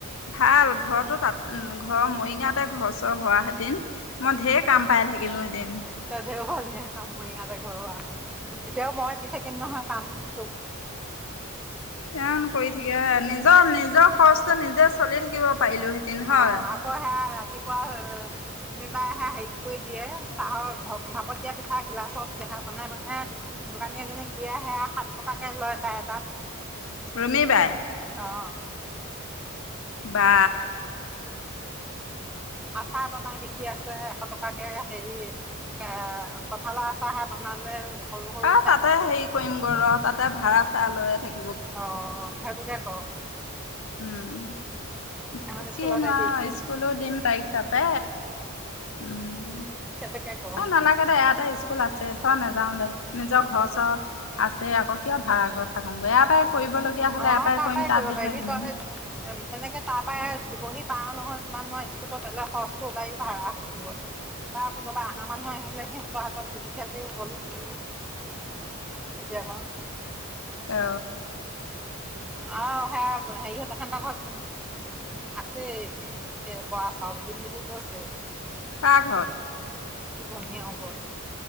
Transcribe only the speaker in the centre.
দেওবালীয়া কামনীয়াতে গা <unintelligible> এতিয়াও মই দি থাকিম নহয় কাম ত
অ আকৌ হেয়া ৰাতিপুৱা তুমি বাাৰ সে হেৰি কৰি দিয়ে চাহৰ ভাপত দিয়া পিঠা গিলাচত দেখা পনাই মানে দোকানী এজনীক দিয়ে সেয়া সাত টকাকে লয় তাই তাত
অঁ
আচাৰ বনাই বিকি আছে এশ টকাকে হেৰি এ কঠালৰ আচাৰ বনালে সৰু সৰু
অ অ সেইটোকে কৰো <unintelligible>
এখন স্কুলতে
দি
দিছোঁ
সেইটোকে কৰোঁ
অ
তাৰ
পৰাই
কৰিব
পাৰিবি
তই তেনেকে তাৰ পৰাই দিবহি পাওঁ নহয় কিমানয় স্কুটত এলে সৰচটো ওলাই ভাড়া হব বা কোনোবা অহা মানুহ আহিলে সিহঁতৰ হাতত দি পঠিয়াই দিও গলো এতিয়াা <unintelligible>
আহ সেয়া হেৰিহতৰ স ঘৰত উ আছে উ বৰা চাউল দিম বুলি কৈছে
ত বনিয় ঘত